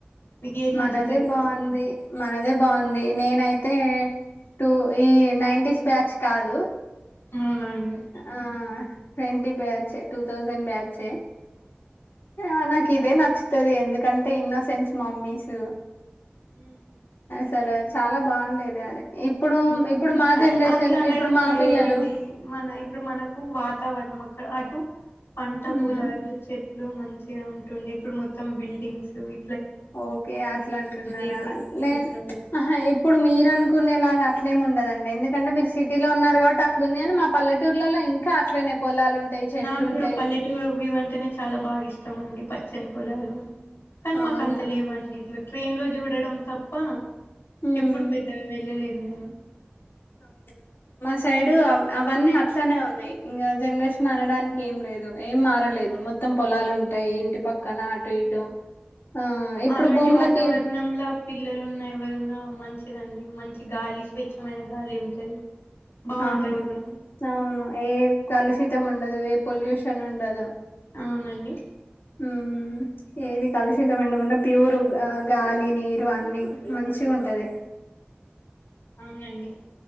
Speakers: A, on the left (about 85°); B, on the left (about 65°).
A: మీకు ఏది
B: మనదే
A: నచ్చుతది
B: బాగుంది
A: బాగా
B: మనదే బాగుంది నేనై తే టూ ఈ నైంటీస్ బ్యాచ్ కాదు.
A: అవునండి
B: ఆ ట్వంటీ బ్యాచే టు థౌజెండ్ బ్యాచే ఆ నాకు ఇదే నచ్చుతది ఎందుకంటే ఇన్నో సెన్స్ మమ్మీస్.
A: మ్
B: అసలు చాలా బాగుండేది అది ఇప్పుడు
A: ఉమ్
B: ఇప్పుడు మా జనరేషన్
A: అట్ల అనడం
B: ఇప్పుడు మా
A: లేదండి
B: పిల్లలు
A: మన ఇప్పుడు మనకు వాతావరణం. అక్కడ అటు పంట
B: ఉమ్,
A: పొలాలు చెట్ లు మంచిగా ఉంటుండే ఇప్పుడు మొత్తం బిల్డింగ్స్ అవి
B: ఓకే అట్లా అంటున్నారా
A: అయిపోయినాయి
B: లేహా
A: టెక్నాలజీ
B: ఇప్పుడు మీరు అనుకునేలాగా అట్లేం ఉండదండి ఎందుకంటే మీరు సిటీలో ఉన్నారు కాబట్టి అట్లుంది అని మా పల్లెటూర్లలో ఇంకా అట్లనే పొలాలు ఉంటాయి చెట్లు
A: నాకు కూడా
B: ఉంటాయి
A: పల్లెటూరు వ్యూ అంటేనే చాలా బాగా ఇష్టం అండి పచ్చని పొలాలు. కానీ
B: అవునా
A: మాకంత లేవండి ఇట్లా ట్రైన్ లో చూడడం తప్పా
B: ఉమ్
A: ఇప్పుడు పెద్దగా వెళ్ళలేము
B: అవును మా సైడు అవ్ అవన్నీ అట్లనే ఉన్నాయి ఇంగ జనరేషన్ అనడానికి ఏం లేదు ఏం మార లేదు మొత్తం పొలాలు ఉంటాయి ఇంటి పక్కన అటు ఇటు ఆ ఇప్పుడు
A: అలోంటి
B: భూములకి
A: వాతావరణంంలో పిల్లలు ఉన్నాయి ఎవరు ఉ న్నా మంచిదండి మంచి గాలి స్వేచ్ఛమైన గాలి ఉంటది బాగుంటది
B: అవును
A: కూడా
B: అవును ఏ కలుషితం ఉండదు ఏ పొల్యూషన్ ఉండదు
A: అవునండి
B: హ్మ్ ఏది కలుషితం ఉండకుండా ప్యూర్ గాలి నీరు అన్ని మంచిగ్ ఉంటది
A: అవునండి